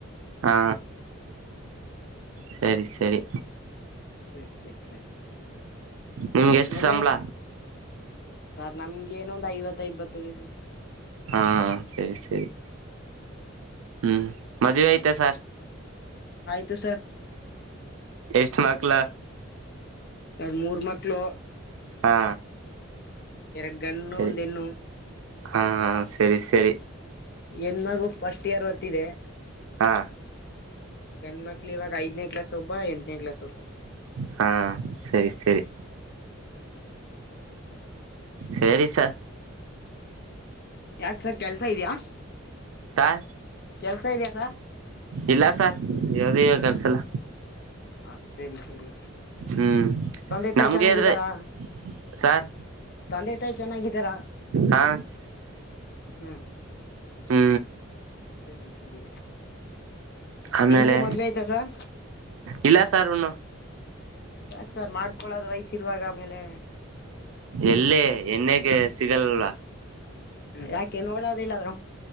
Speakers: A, on the right; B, on the left.
A: ಹಾ ಸರಿ ಸರಿ
B: ಸರಿ ಸರಿ ಸರ್
A: ನಿಮ್ಗೆ ಎಷ್ಟು
B: ಮದ್ವೆ
A: ಸಂಬಳ
B: ಆಯ್ತು ಸರ್ ನಮ್ಗೆ ಏನ ಒಂದ್ ಐವತ್ತ ಐದ್ ಬರ್ತದೆ ಸರ್
A: ಹಾ ಸರಿ ಸರಿ
B: ಹ್ಮ್
A: ಹ್ಮ್ ಮದ್ುವೆ ಐತೆಾ ಸಾರ್
B: ಆಯ್ತು ಸರ್
A: ಎಷ್ಟ ಮಕ್ಳ
B: ಸರ್ ಮೂರ್ ಮಕ್ಳು
A: ಹಾ
B: ಎರಡು ಗಣು
A: ಸರಿ
B: ಒಂದ ಹೆಣ್ಣು
A: ಹಾ ಸರಿ ಸರಿ
B: ಎನ್ ಮಗು ಫಸ್ಟ್ ಇಯರ್ ಹೊತ್ತಿದೆ
A: ಹಾ
B: ಗಂಡ ಮಕ್ಳ ಇವಾಗ ಐದನೇ ಕ್ಲಾಸ್ ಒಬ್ಬ ಎಂಟನೇ ಕ್ಲಾಸ್ ಒಬ್ಬ
A: ಹಾ ಸರಿ ಸರಿ ಸರಿ ಸ
B: ಯಾಕ ಸರ್ ಕೆಲ್ಸ ಇದ್ಯಾ
A: ಸಾರ್
B: ಕೆಲ್ಸ ಇದ್ಯಾ ಸರ್
A: ಇಲ್ಲ ಸರ್ ಯಾವ್ದ ಇವ ಕೆಲ್ಸಲ್ಲ
B: ಹಾ ಸರಿ ಸರಿ
A: ಹ್ಮ್
B: ತೊಂದ ತ
A: ನಮ್ಗೆ
B: ಚೆನ್ನಾಗಿದ್ದಾರಾ
A: ಇದ್ರೆ ಸಾರ್
B: ತಂದೆತಾಯಿ ಚೆನ್ನಾಗಿದ್ದಾರ
A: ಹಾ
B: ಹೂ
A: ಹೂ
B: ಸರಿ ಸರಿ
A: ಆಮೇಲೆ
B: ನಿಮ್ಗೆ ಮದ್ವೆ ಆಯ್ತಾ ಸರ್
A: ಇಲ್ಲ ಸಾರ್ನ್ನು
B: ಯಾಕ್ ಸರ್ ಮಾಡ್ಕೊಳದ ವಯಸ್ಸ ಇರುವಾಗ ಆಮೇಲೆ
A: ಎಲ್ಲೇ ಎಣ್ಣೇಕ ಸಿಗಲ್ಲಲ್ವಾ
B: ್ಮ ಯಾಕೆ ನೋಡೋದಿಲ್ಲಾದ್ರೂ